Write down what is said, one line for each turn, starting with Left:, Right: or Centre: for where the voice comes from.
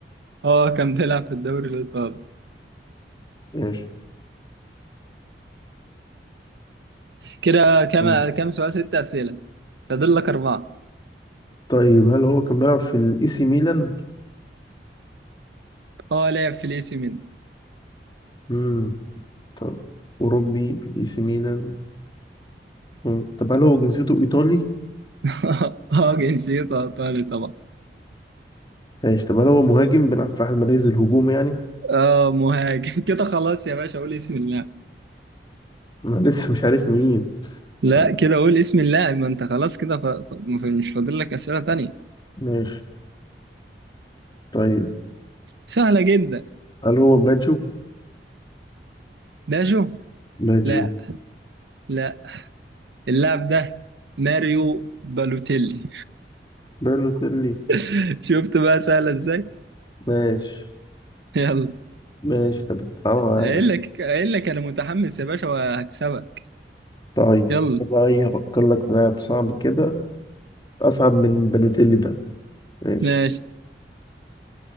Right: اه كان بيلعب في الدوري الايطالي
Left: ماشي
Right: كده كم
Left: مم.
Right: كم سؤال ست أسئلة فاضل لك أربعة
Left: طيب هل هو كان بيلعب في الإي سي ميلان
Right: اه لاعب في الإي سي ميلان
Left: مم. طب أوروبي في الإي سي ميلان مم. طب هل هو جنسيته إيطالي
Right: <laughs> اه جنسيته إيطالي طبعا
Left: ماشي طب هل هو مهاجم بيلعب في أحد مراكز الهجوم يعني؟
Right: اه مهاجم <laughs> كده خلاص يا باشا قول اسم اللاعب
Left: أنا <laughs> لسه مش عارف مين
Right: لا
Left: آه،
Right: كده قول اسم اللاعب ما أنت خلاص كده ف... ف- مش فاضل لك أسئلة تانية
Left: ماشي طيب
Right: سهلة جدا
Left: هل هو باتجو؟
Right: باجو
Left: باتجو
Right: لا لا اللاعب ده ماريو بالوتيلي
Left: بالوتيلي
Right: <laughs> شفت بقى سهلة إزاي
Left: ماشي
Right: يلا
Left: ماشي طب صعبة يعني
Right: قايل لك قايل لك أنا متحمس يا باشا وهكسبك
Left: طيب
Right: يلا
Left: أنا بقى إيه هفكر لك في لاعب صعب كده أصعب من بالوتيلي ده ماشي
Right: ماشي